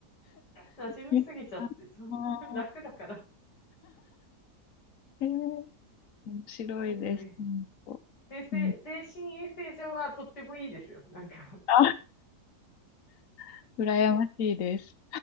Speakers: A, on the left (about 85°); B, on the left (about 55°).
A: 馴染みすぎちゃって、
B: いや
A: ちょっと
B: あ
A: <laughs> 楽だから。
B: ーえー面白いです。
A: なんかね、
B: 本当
A: 精神、
B: うん、
A: 精神衛生上はとってもいいですよ。なんか。
B: あ <laughs> 羨ましいです。